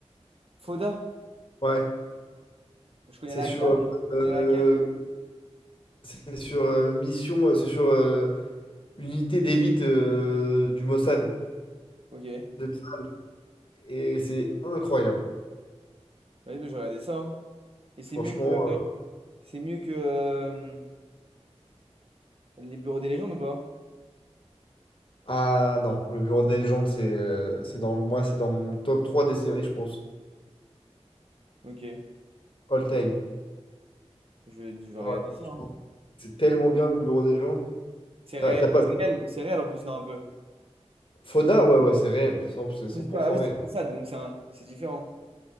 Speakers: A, on the right; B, on the left.
A: Foda,
B: Ouais,
A: je connais
B: c'est
A: la
B: sur,
A: cage, je
B: euh,
A: connais la cage.
B: c'est sur euh, mission, euh, c'est sur euh, unité d'élite euh, du Mossad
A: Ok.
B: de Tsar. Et c'est incroyable.
A: Ouais, bah, je regardais ça. hein. Et c'est
B: Franchement,
A: mieux que
B: euh,
A: c'est mieux que euh, les bureaux des légendes ou pas?
B: ah non, le Bureau des légendes, c'est euh, c'est dans moi, c'est dans mon top 3 des séries, je pense,
A: Ok. Eh
B: all
A: ben,
B: time.
A: je vais, je vais regarder
B: Ah ouais,
A: ça.
B: franchement,
A: hein.
B: c'est tellement bien le Bureau des légendes.
A: C'est
B: T'as
A: réel,
B: t'as pas
A: c'est réel, c'est réel en plus, non, un peu.
B: Foda, ouais ouais, c'est réel, 100 c'est cent
A: Je sais
B: pour
A: pas,
B: cent
A: Ah oui,
B: réel.
A: c'est comme ça, donc c'est un- c'est différent.